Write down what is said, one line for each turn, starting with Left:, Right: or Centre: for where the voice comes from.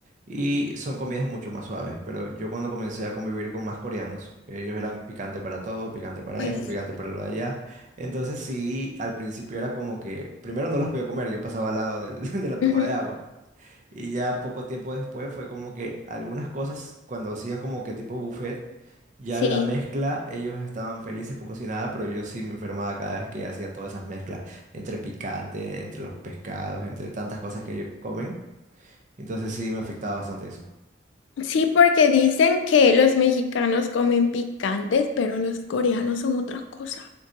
Right: y son comidas mucho más suaves. Pero yo cuando comencé a convivir con más coreanos, ellos eran picante para todo, picante para
Left: Ay,
Right: esto,
Left: sí.
Right: picante para lo de allá. Entonces sí, al principio era como que, primero no los podía comer, yo pasaba al lado del- <laughs> de la toma
Left: ujú,
Right: de agua. Y ya poco tiempo después fue como que algunas cosas, cuando hacían como que tipo buffet, ya
Left: Sí.
Right: la mezcla, ellos estaban felices como si nada, pero yo sí me enfermaba cada vez que hacía todas esas mezclas, entre picante, entre los pescados, entre tantas cosas que ellos comen. Entonces sí me afectaba bastante eso.
Left: Sí, porque dicen que los mexicanos comen picantes, pero los coreanos son otra cosa.